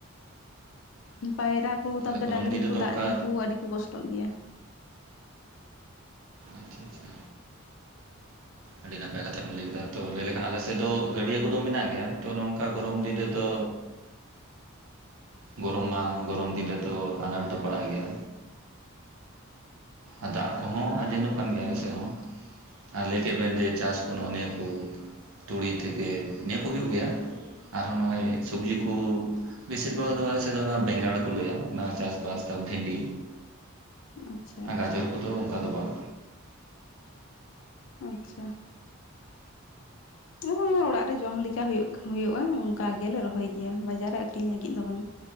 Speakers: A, on the left; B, on the right.
A: ᱯᱟᱭᱨᱟ ᱠᱩ
B: ᱛᱟᱦᱚᱞᱮ
A: ᱛᱟᱵ ᱫᱚ
B: ᱜᱚᱨᱚᱢ
A: ᱰᱟᱝᱨᱤ
B: ᱫᱤᱱ
A: ᱠᱩ
B: ᱨᱮᱫᱚ
A: ᱫᱟᱜ
B: ᱚᱱᱠᱟ
A: ᱧᱩ ᱠᱩ ᱟᱹᱰᱤ ᱠᱩ ᱠᱚᱥᱴᱚ ᱜᱮᱭᱟ᱾
B: ᱟᱪᱪᱷᱟ ᱟᱪᱪᱷᱟ ᱟᱹᱰᱤ ᱱᱟᱯᱟᱭ ᱠᱟᱛᱷᱟ ᱵᱮᱱ ᱞᱟᱹᱭ ᱠᱮᱫᱟ ᱛᱚ ᱞᱟᱹᱭ ᱞᱮᱠᱷᱟᱱ ᱟᱞᱮᱥᱮᱫ ᱫᱚ ᱜᱟᱹᱰᱭᱟᱹ ᱠᱚᱫᱚ ᱢᱮᱱᱟᱜ ᱜᱮᱭᱟ ᱛᱚ ᱱᱚᱝᱠᱟ ᱜᱚᱨᱚᱢ ᱫᱤᱱ ᱨᱮᱫᱚ, ᱜᱚᱨᱚᱢ ᱢᱟ ᱜᱚᱨᱚᱢ ᱫᱤᱱ ᱨᱮᱫᱚ ᱟᱱᱟᱴ ᱫᱚ ᱯᱟᱲᱟᱜ ᱜᱮᱭᱟ᱾ ᱟᱨ ᱫᱟᱜ ᱠᱚᱦᱚᱸ ᱟᱡᱮᱫᱚᱜ ᱠᱟᱱ ᱜᱮᱭᱟ ᱟᱞᱮᱥᱮᱜ ᱦᱚᱸ᱾ ᱟᱨ ᱞᱟᱹᱭ ᱠᱮᱜ ᱵᱮᱱ ᱡᱮ ᱪᱟᱥ ᱠᱚ ᱱᱚᱜᱼᱚ ᱱᱤᱭᱟᱹ ᱠᱩ ᱛᱩᱲᱤ ᱛᱷᱮᱠᱮ ᱱᱤᱭᱟᱹ ᱠᱚ ᱦᱩᱭᱩᱜ ᱜᱮᱭᱟ᱾ ᱟᱨᱦᱚᱸ ᱱᱚᱜᱼᱚᱭ ᱥᱚᱵᱽᱡᱤ ᱠᱩ ᱵᱮᱥᱤᱨ ᱵᱷᱟᱜᱽ ᱫᱚ ᱟᱞᱮ ᱥᱮᱜ ᱫᱚ ᱚᱱᱟ ᱵᱮᱸᱜᱟᱲ ᱠᱚ ᱞᱟᱹᱭᱟ᱾ ᱚᱱᱟ ᱪᱟᱥᱵᱟᱥ <unintelligible> ᱵᱷᱤᱱᱰᱤ᱾
A: ᱟᱪᱪᱷᱟ
B: ᱟᱨ
A: ᱟᱪᱪᱷᱟ
B: ᱜᱟᱡᱚᱨ ᱠᱚᱫᱚ ᱚᱱᱠᱟ ᱫᱚ ᱵᱟᱝ᱾
A: ᱟᱪᱪᱷᱟ, <unintelligible> ᱚᱲᱟᱜ ᱨᱮ ᱡᱚᱢ ᱞᱮᱠᱟ ᱦᱩᱭᱩᱜᱠᱷᱟ ᱦᱩᱭᱩᱜᱼᱟ ᱚᱱᱠᱟ ᱜᱮᱞᱮ ᱨᱚᱦᱚᱭ ᱜᱮᱭᱟ ᱵᱟᱡᱟᱨ ᱨᱮ ᱟᱠᱷᱨᱤᱧ ᱞᱟᱹᱜᱤᱫ ᱫᱚ ᱵᱟᱝ-ᱟ᱾